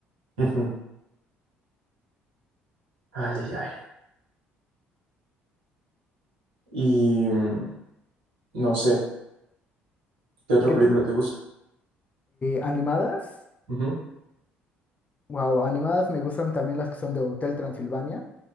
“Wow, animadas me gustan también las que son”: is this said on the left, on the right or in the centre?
Left